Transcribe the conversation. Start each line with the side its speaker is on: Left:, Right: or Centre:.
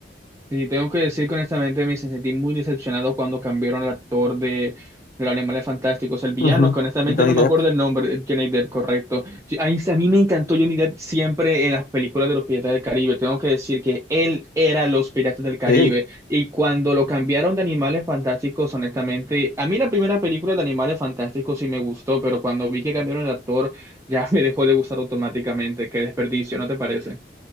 Right: Sí, tengo que decir que honestamente me sentí muy decepcionado cuando cambiaron al actor de, de los Animales Fantásticos, el villano,
Left: Ujú.
Right: que honestamente
Left: Johnny
Right: no
Left: Depp.
Right: me acuerdo el nombre, Johnny Depp, correcto. Sí, A mí, a mí me encantó Johnny Depp siempre en las películas de los Piratas del Caribe. Tengo que decir que él era los Piratas del Caribe.
Left: Sí,
Right: Y cuando lo cambiaron de Animales Fantásticos, honestamente, a mí la primera película de Animales Fantásticos sí me gustó, pero cuando vi que cambiaron el actor, ya <laughs> me dejó de gustar automáticamente. Qué desperdicio, ¿no te parece?